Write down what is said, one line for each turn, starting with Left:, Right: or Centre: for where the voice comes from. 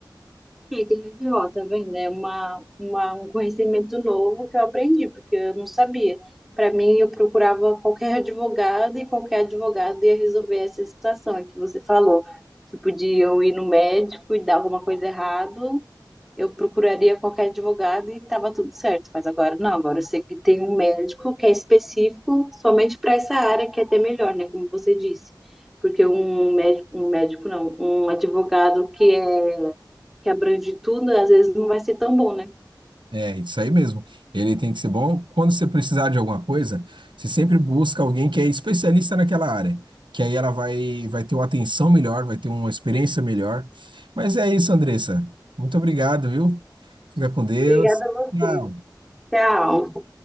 Centre: E que legal, tá vendo? É uma, uma, um conhecimento novo que eu aprendi, porque eu não sabia. Para mim, eu procurava qualquer advogado e qualquer advogado ia resolver essa situação que você falou. Tipo, de eu ir no médico e dar alguma coisa errado, eu procuraria qualquer advogado e tava tudo certo. Mas agora não, agora eu sei que tem um médico que é específico somente para essa área, que é até melhor, né? Como você disse. Porque um médico, um médico não, um advogado que é que abrange tudo, às vezes não vai ser tão bom, né?
Right: É, isso aí mesmo. Ele tem que ser bom. Quando você precisar de alguma coisa, você sempre busca alguém que é especialista naquela área, que aí ela vai, vai ter uma atenção melhor, vai ter uma experiência melhor. Mas é isso, Andressa. Muito obrigado, viu? Fica com Deus.
Centre: Obrigada a você.
Right: Tchau.
Centre: Tchau.